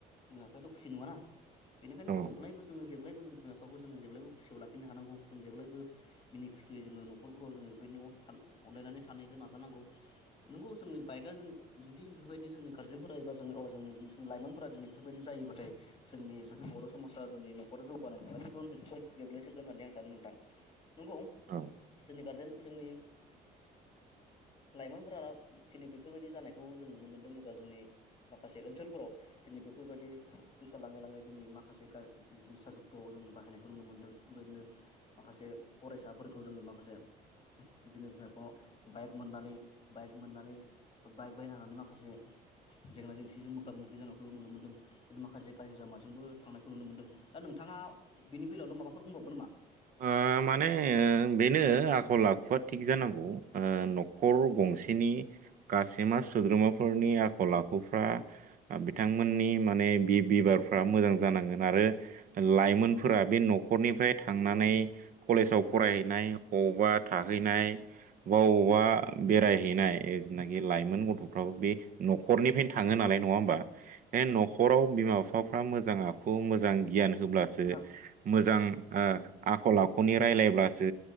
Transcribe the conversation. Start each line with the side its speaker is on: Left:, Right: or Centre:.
Left: बिमा बिफायाथ' खुसि नङाना बेखायनोअब्लाबो
Right: औ
Left: जोङो जेलायबो जों बिमा बिफाखौ जोङो जेब्लाय खुसियाव लाखिनो हानांगौ जों जेलायबो मिनि खुसियै जोङो नखरफोराव जोङो बेफोरदि न'आव थान अनलायनानै थानायखौ नाजानांगौ नोंगौ जोंनि बाइकआ जों जुदि बेफोरबायदि जोंनि गारजेनफोरा एबा जोंनो अ जोंनि लाइमोनफोरा दिनै बेफोरबायदि जायो ऐबाथाय जोंनि जुदि बर' समाजा जोंनि न'खराव जौगानाय ज <unintelligible> गोग्लैसोगोन होननानै आं सानो मोन्थां
Right: <inaudible>
Left: नंगौ
Right: औ
Left: जोंनि गारजेन जोंनि लाइमोन फोरा दिनै बेफोरबायदि जानायखौ जों नुनो मोन्दों एबा जोंनि माखासे ओनसोलफोराव दिनै बेफोरबायदि फैसा लाङै लाङै दिनै माखासे गारि निसा जुक्त' अजन बाहायनायखौ नुनो मोन्दों थिग बेबायदिनो माखासे फरायसाफोरखौ जोङो माखासे बिदिनो बिमा बिफाङाव बाइक मोननानै बाइक मोननानै बाइक बायना होनानै माखासे जेंना जेंसिजों मोगा मोगि जानायखौ नुनो मोनदों माखासे गाज्रि लामाजोंबो थांनायखौ नुनो मोनदों दा नोंथां आ बेनि बेलायावनो माबाफोर बुंबावगोन नामा
Right: ओ माने बेनो आखल आखुआ थिग जानांगौ ओ न'खर गंसेनि गाासैमा सोद्रोमाफोरनि आखल आखुफ्रा बिथांमोननि माने बि बिबहारफोरा मोजां जानांगोन आरो लाइमोनफोरा बे न'खरनिफ्राय थांनानै कलेजाव फरायहैनाय अबा थाहैनाय बा अबावबा बेरायहैनाय जिथुनाखि लाइमोन गथ'फ्राबो बे न'खरनिफ्रायनो थाङो नालाय नङा होमबा न'खराव बिमा बिफाफ्रा मोजां आखु मोजां गियान होब्लासो
Left: नोंथां
Right: मोजां ओ आखल आखुनि राय्लायब्लासो